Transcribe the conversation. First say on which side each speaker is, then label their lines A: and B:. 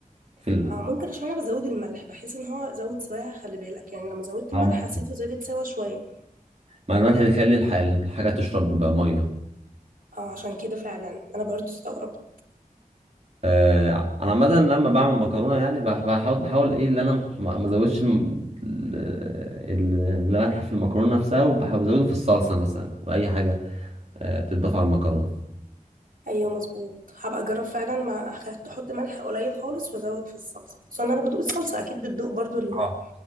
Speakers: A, on the right (about 50°); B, on the right (about 80°).
A: في ال...
B: اه ممكن عشان انا بزود الملح بحيث ان هو زود سواها خلي بالك يعني لما زودت
A: أو
B: الملح
A: ممكن.
B: حسيته زادت سوا شوية
A: مع الملح بيخلي الح... الحاجه تشرب ميه
B: اه عشان كده فعلا انا برضو استغربت
A: آه، انا عامه لما بعمل مكرونه يعني بح- بحاول بحاول ايه اللي انا مح- ما ما ازودش الم- ال- الملح في المكرونه نفسها وبحاول ازوده في الصلصه مثلا واي حاجه آه، بتضاف على المكرونه
B: ايوه مظبوط هبقى اجرب فعلا ما أخ- احط ملح قليل خالص وازود في الصلصه اصل انا بدوق الصلصه اكيد بتدوق برضو ال-
A: اه